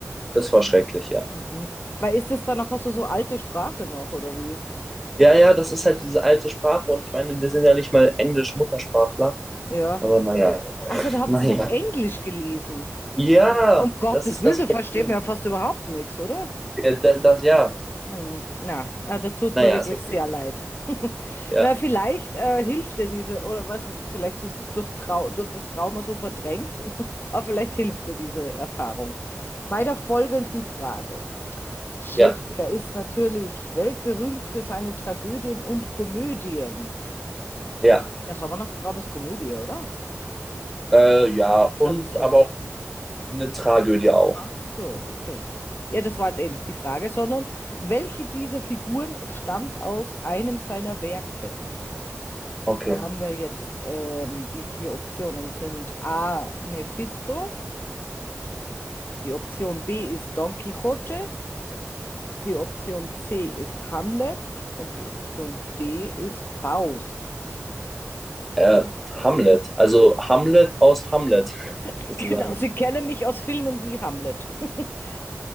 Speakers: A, in the centre; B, on the left.
A: Das war schrecklich, ja.
B: Mhm. Weil ist das dann nachher so, so alte Sprache noch, oder wie?
A: Ja, ja, das ist halt diese alte Sprache und ich meine, wir sind ja nicht mal Englisch-Muttersprachler,
B: Ja.
A: aber naja,
B: Ach so, da habt
A: naja.
B: ihr es auf Englisch gelesen.
A: Ja,
B: Um Gottes
A: das ist
B: Willen,
A: das
B: da
A: Problem.
B: versteht man ja fast überhaupt nichts, oder?
A: Ja, da- das, ja,
B: Hm. Na, na, da tust
A: Naja,
B: mir wirklich
A: ist okay.
B: sehr leid. <laughs>
A: Ja,
B: Na, vielleicht äh, hilft dir diese, oder weiß nicht, vielleicht hast du es durch, Trau durch das Trauma so verdrängt, <laughs> aber vielleicht hilft dir diese Erfahrung. Bei der folgenden Frage. Shakespeare
A: ja,
B: ist natürlich weltberühmt für seine Tragödien und Komödien.
A: ja.
B: Ja, Sommernachtstraum ist Komödie, oder?
A: Äh, ja, und
B: Ach so.
A: aber auch eine Tragödie auch.
B: Ach so, okay. Ja, das war jetzt eh nicht die Frage, sondern welche dieser Figuren stammt aus einem seiner Werke?
A: Okay.
B: Da haben wir jetzt ähm, die vier Optionen sind A. Mephisto, die Option B ist Don Quixote, die Option C ist Hamlet und die Option D ist Faust.
A: Äh, Hamlet. Also Hamlet aus Hamlet, <laughs>
B: <laughs>
A: sozusagen.
B: Genau, sie kennen mich aus Filmen wie Hamlet. <laughs>